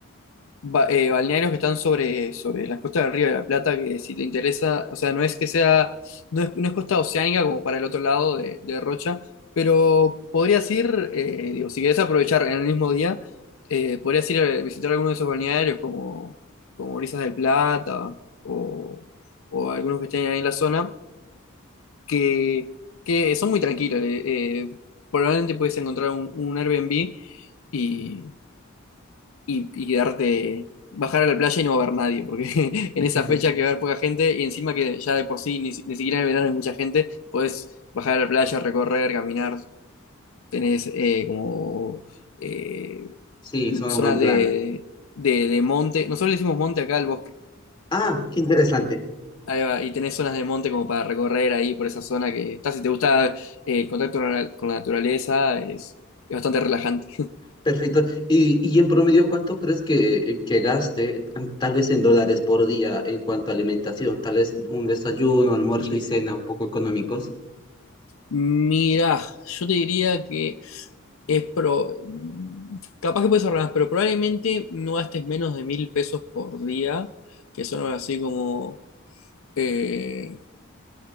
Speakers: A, on the left (about 70°); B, on the left (about 20°).
A: ba- eh, balnearios que están sobre, sobre las costas del Río de la Plata, que si te interesa, o sea, no es que sea, no es, no es costa oceánica como para el otro lado de, de Rocha, pero podrías ir, eh, digo, si querés aprovechar en el mismo día, eh, podrías ir a visitar alguno de esos balnearios como, como Brisas del Plata o, o algunos que estén ahí en la zona que, que son muy tranquilos. eh, eh, probablemente puedes encontrar un, un Airbnb y, y, y darte, bajar a la playa y no va a haber nadie, porque <laughs> en
B: <laughs>
A: esa fecha que va a haber poca gente y encima que ya de por sí ni, si- ni siquiera en el verano hay mucha gente, puedes bajar a la playa, recorrer, caminar, tenés eh, como eh,
B: Sí, suena
A: zonas
B: un buen plan.
A: de, de, de monte. Nosotros le decimos monte acá al bosque.
B: Ah, qué interesante.
A: Ahí va, y tenés zonas de monte como para recorrer ahí por esa zona que está. Si te gusta eh, el contacto con la con la naturaleza, es, es bastante relajante.
B: Perfecto. Y, y en promedio, ¿cuánto crees que, que gaste, mm, tal vez en dólares por día, en cuanto a alimentación? Tal vez un desayuno, almuerzo y cena un poco económicos.
A: mira yo te diría que es pro. Capaz que puedes ahorrar pero probablemente no gastes menos de mil pesos por día, que son algo así como eh,